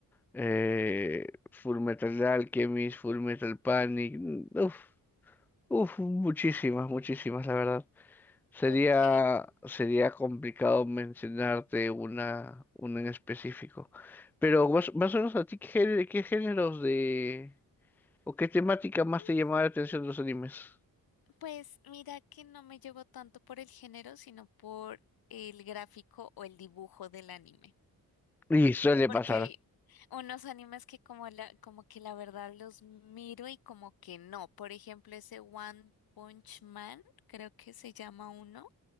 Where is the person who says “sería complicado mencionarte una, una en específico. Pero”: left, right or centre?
Centre